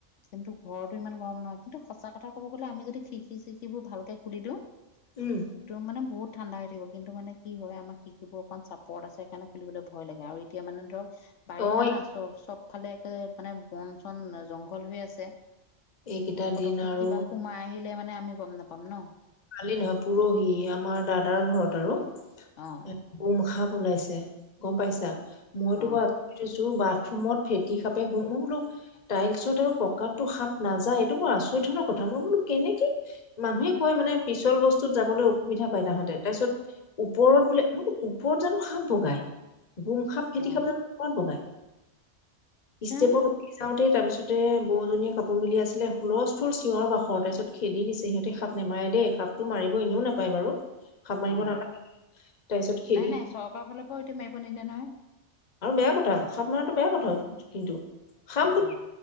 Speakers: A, on the left; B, on the left.
A: কিন্তু ঘৰতো ইমান গৰম নহয় কিন্তু সঁচা কথা কব গলে আমি যদি খিখি চিখিবোৰ ভালকে খুলি দিওঁ। সেইটো
B: উম
A: মানে বহুত ঠাণ্ডা হৈ থাক কিন্তু মানে কি হয় আমাৰ শিকিবোৰ অকণ চাপৰত আছে সে কাৰকাৰণে খুলিবলৈ ভয় লাগে আৰু এতিয়া মানে ধৰক। বাৰিষা
B: অ',
A: না চব চব ফালে একে মানে বন চন জংঘল হৈ আছে।
B: এইকেইটা
A: পতকে
B: দিন আৰু
A: কিবা সোমাই আহিলে মানে আমি গম নাপাম ন।
B: কালি নহয় পৰহি আমাৰ দাদাৰ ঘৰত আৰু
A: অ
B: এ গোমখা। ওলাইছে গম পাইছা মইতো
A: অ
B: বা আছো বাট। ৰুমত ফেটি খাপে গোম মই বোলো টাইলছত আৰু পকতটো সাপ নাযায় এইটো বৰ আচৰিত ধৰণৰ কথা। মই বোলো কেনেকে মানুহে কয় মানে। পিছল বস্তুত যাবলৈ অসুবিধা পায় তাহাঁতে তাৰ পিছত, ওপৰত বোলে মই ওপৰত জানো সাপ বগাই। গোম খাপ ফেটি
A: অ
B: খাপ জানো কত বগাই।
A: জানো
B: ষ্টেপত উঠি চাও দেই তাৰপিছত। সতে বজনীয়ে কাপোৰ মিলি আছিলে হুলস্থুল চিঞৰ বাখৰ তাৰপিছত খেদি দিছে সিহঁতে সাপ নেমাৰে দে। কাপটো মাৰিব এনেও নাপায় বাৰু। সাপ মাৰিব
A: অ,
B: না তাৰপিছত খেদি
A: নাই নাই
B: দি
A: চৰকাৰ ফালৰ পৰাও সটো মাৰিব নিদে নহয়।
B: আৰু বেয়া কথা সাপ মাৰটো বেয়া কথা কিন্তু খাপ।
A: উম